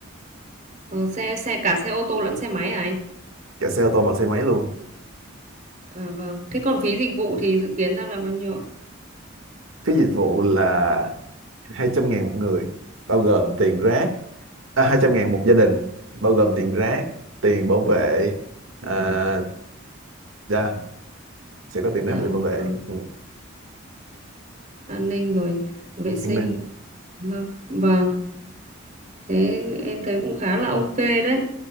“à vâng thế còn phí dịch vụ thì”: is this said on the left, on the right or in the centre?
Right